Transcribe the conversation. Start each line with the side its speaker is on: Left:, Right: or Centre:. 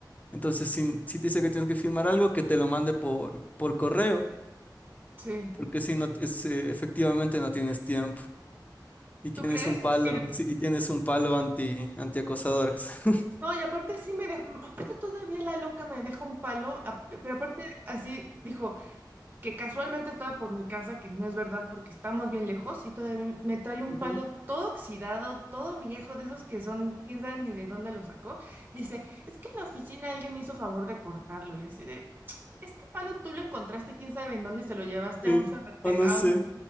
Left: Entonces, si, si te dice que tienes que firmar algo, que te lo mande por, por correo,
Right: Sí,
Left: porque si no, es, eh, efectivamente no tienes tiempo y tienes
Right: ¿tú crees?
Left: un palo,
Right: Así que,
Left: sí, y tienes un palo anti, antiacosadoras. <laughs>
Right: no, y aparte sí me dejó, aparte todavía la loca me deja un palo, ap- pero aparte así dijo que casualmente estaba por mi casa, que no es verdad porque estamos bien lejos, y todavía me trae un
Left: Ujú.
Right: palo todo oxidado, todo viejo, de esos que son, quién sabe ni de dónde lo sacó. Dice, es que en la oficina alguien me hizo favor de cortarlo, y así de, este palo tú lo encontraste, quién sabe en dónde se lo llevaste
Left: Sí,
Right: a un ferretero,
Left: o no
Right: a
Left: sé.
Right: un